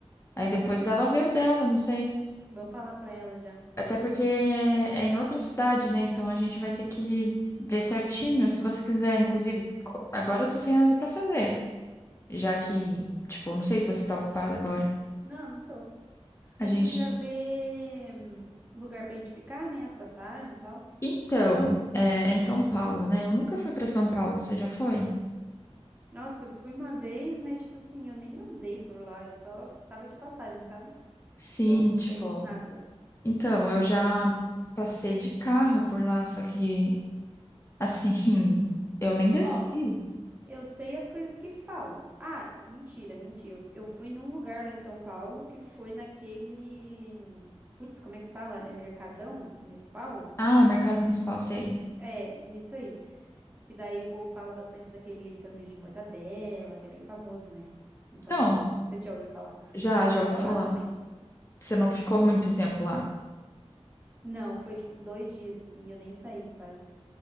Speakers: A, on the left; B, on the right.
A: aí depois
B: Uhum.
A: ela vê o dela, não sei.
B: Vou falar pra ela já.
A: Até porque é, é em outra cidade, né? Então a gente vai ter que ver certinho. Se você quiser, inclusive, co- agora eu tô sem nada pra fazer, já que, tipo, não sei se você tá ocupado agora.
B: Não, não tô.
A: A
B: A gente
A: gente
B: podia ver hum, lugar pra gente ficar, né? As passagens e tal.
A: Então, é, em São Paulo, né? Eu nunca fui para São Paulo, você já foi?
B: Nossa, eu fui uma vez, mas, tipo assim, eu nem andei por lá. Eu só tava de passagem, sabe?
A: Sim,
B: Então eu não
A: tipo,
B: sei nada.
A: então, eu já passei de carro por lá, só que, assim, <laughs> eu nem desci.
B: Ó, eu sei as coisas que falam. Ah, mentira, mentira. Eu, eu fui num lugar lá em São Paulo que foi naquele. hum, Putz, como é que fala? É Mercadão Municipal?
A: Ah, Mercado Municipal,
B: Não s-
A: sei.
B: É, nisso aí. Que daí o povo fala bastante daquele sanduíche de mortadela, que é bem famoso, né? Em São
A: Então,
B: Paulo. Não sei se já ouviu falar,
A: já,
B: mas
A: já
B: foi
A: ouvi
B: só
A: falar.
B: lá também.
A: Você não ficou muito tempo lá.
B: Não, foi tipo dois dias, assim, e eu nem saí quase.